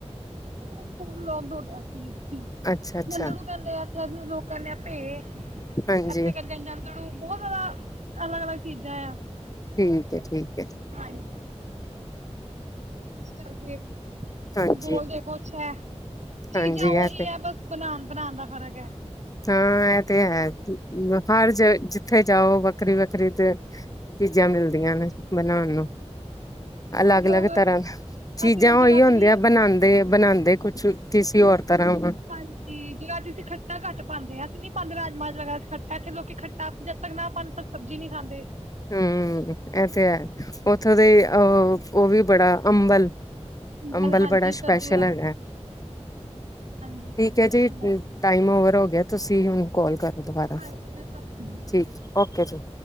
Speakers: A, on the right; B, on the left.
A: ਉਹ ਫੋਨ ਲੌਕਡ ਹੋ ਗਿਆ ਸੀ
B: ਅੱਛਾ ਅੱਛਾ
A: ਨੰਦੜੂ ਕਹਿੰਦੇ ਆ, ਇੱਥੇ ਲੋਕ ਕਹਿੰਦੇ ਆ ਭੇ,
B: ਹਾਂਜੀ
A: ਇੱਥੇ ਕਹਿੰਦੇ ਆ ਨੰਦੜੂ ਬਹੁਤ ਜਿਆਦਾ ਅਲੱਗ ਅਲੱਗ ਸਜਾਇਆ <unintelligible>
B: ਠੀਕ ਠੀਕ ਹੈ
A: ਹਾਂਜੀ ਇਸ ਕਰਕੇ
B: ਹਾਂਜੀ
A: ਬੋਲਦੇ ਕੁਛ ਹੈ ਚੀਜ਼ਾਂ
B: ਹਾਂਜੀ ਇਹ
A: ਉਹੀ
B: ਤੇ
A: ਹੈ ਬਸ ਬਣਾਉਣ ਬਨਾਉਣ ਦਾ ਫ਼ਰਕ ਹੈ।
B: ਹਾਂ ਇਹ ਤੇ ਹੈ ਹਰ ਜ ਜਿੱਥੇ ਜਾਓ ਵੱਖਰੀ ਵੱਖਰੀ ਤੇ ਚੀਜ਼ਾਂ ਮਿਲਦੀਆਂ ਨੇ ਬਣਾਉਣ ਨੂੰ ਅਲੱਗ
A: ਅਸੀਂ
B: ਅਲੱਗ
A: ਲੋਕ
B: ਤਰ੍ਹਾਂ ਚੀਜ਼ਾਂ
A: ਅਸੀਂ ਲੋਕ
B: ਉਹੀ
A: ਜਗਾਦਰੀ
B: ਹੁੰਦੀਆਂ ਬਣਾਉਂਦੇ। ਬਣਾਉਂਦੇ ਕੁਛ ਕਿਸੇ ਹੋਰ ਤਰ੍ਹਾਂ ਵਾ
A: ਹਾਂਜੀ ਜੇ ਅੱਜ ਅਸੀਂ ਖੱਟਾਂ ਘੱਟ ਪਾਉਂਦੇ ਹਾਂ ਨਹੀਂ ਪਾਉਦੇ ਰਾਜਮਾਜ ਵਗੈਰਾ ਚ ਖੱਟਾ ਇੱਥੇ ਲੋਕ ਖੱਟਾ ਜਦ ਤੱਕ ਨਾ ਪਾਉ ਤ ਸਬਜੀ ਨ ਨਹੀਂ ਖਾਂਦੇ
B: ਹਮ ਇਹ ਤੇ ਹੈ ਉੱਥੋਂ ਦੇ ਅ ਉਹ ਵੀ ਬੜਾ ਅੰਬਲ ਅੰਬਲ
A: ਦਾਲ ਹਾਂਜੀ
B: ਬੜਾ ਸਪੈਸ਼ਲ
A: ਕੱਦੂ ਦਾ
B: ਹੈਗਾ
A: ਹਾਂਜੀ
B: ਠੀਕ
A: ਕੱਦੂ
B: ਹੈ
A: ਦਾ
B: ਜੀ
A: ਬਣਦਾ
B: ਟਾਈਮ ਓਵਰ ਹੋ ਗਿਆ ਤੁਸੀਂ ਉਹਨੂੰ ਕਾਲ ਕਰ ਦੁਬਾਰਾ
A: ਹਾਂਜੀ ਮੈਂ ਤੁਹਾਨੂੰ
B: ਠੀਕ ਓਕੇ ਜੀ